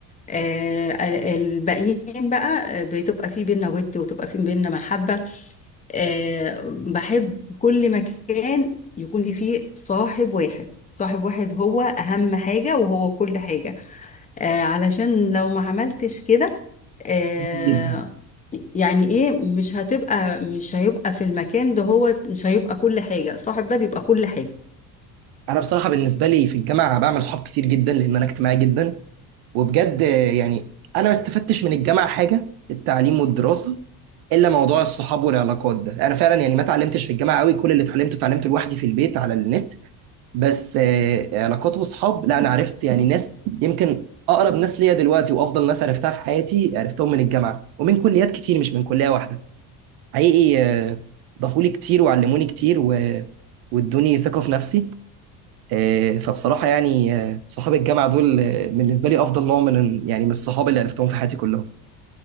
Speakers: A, on the left (about 20°); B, on the right (about 60°).
A: آه ال- الباقيين بقى بتبقى في بينا ود وتبقى في بينا محبه آه بحب كل مكان يكون لي فيه صاحب واحد صاحب واحد هو اهم حاجه وهو كل حاجه آه علشان لو ما عملتش كده آه
B: جدا
A: يعني ايه مش هتبقى مش هيبقى في المكان ده هو مش هيبقى كل حاجة صاحب ده بيبقى كل حاجة
B: أنا بصراحة بالنسبة لي في الجامعة بعمل صحاب كتير جدا لأن أنا اجتماعي جدا وبجد آه، يعني أنا ما استفدتش من الجامعة حاجة في التعليم والدراسة إلا موضوع الصحاب والعلاقات ده أنا فعلا يعني ما اتعلمتش في الجامعة قوي كل اللي اتعلمته اتعلمته لوحدي في البيت على النت بس آه، علاقات واصحاب لا انا عرفت يعني ناس يمكن اقرب ناس ليا دلوقتي وافضل ناس عرفتها في حياتي عرفتهم من الجامعه ومن كليات كتير مش من كليه واحده حقيقي آه، ضافوا لي كتير وعلموني كتير و... وادوني ثقه في نفسي آه، فبصراحه يعني آه، صحاب الجامعه دول آه، بالنسبه لي افضل نوع من يعني من الصحاب اللي عرفتهم في حياتي كلهم